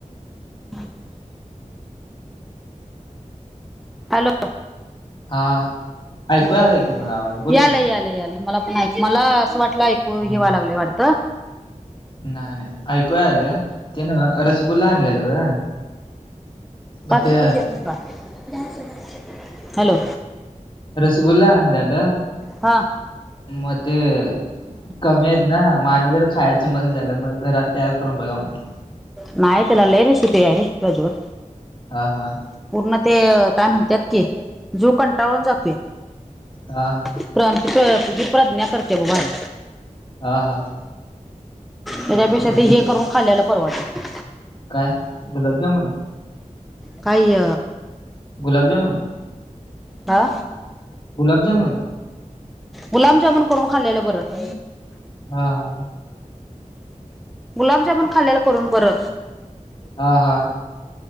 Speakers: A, in the centre; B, on the left (about 40°).
A: <inaudible> <unintelligible> हॅलो
B: हा ऐकू
A: बोल
B: आलाय की मला आवाज बोल
A: यालय
B: की
A: यालय यालय मला नाही मला असं वाटलं ऐकू
B: हा.
A: हे व्हाय लागलय वाटत.
B: नाही नाही ऐकू यालय ते नव रसगुल्ला आणलेला ग. मग
A: पाच
B: ते
A: रुपयाची येत नाही बाल हॅलो.
B: रसगुल्ला आणल्याल
A: हा
B: म ते कमी आहेत ना मग आणि जरा खायचं मन झालं मग घरात तयार करून बघा म्हटलं
A: नाही त्याला लय रेसिपी हाये रे प्रज्वल.
B: हा हा.
A: पूर्ण ते काय म्हणतात की जीव कंटाळून जातोय.
B: हा हा.
A: <unintelligible> प्रज्ञा करते बग भारी.
B: हा हा.
A: त्याच्यापेक्षा
B: मग
A: ते
B: तिकट
A: हे करून खाल्ल्याला परवडतं.
B: काय गुलाबजामुन
A: काय
B: गुलाबजामुन?
A: हा.
B: गुलाब जामुन?
A: गुलाबजामुन करून खाल्लेलं बरं.
B: हा हा.
A: गुलाबजामन खाल्लेला करून बर.
B: हा हा.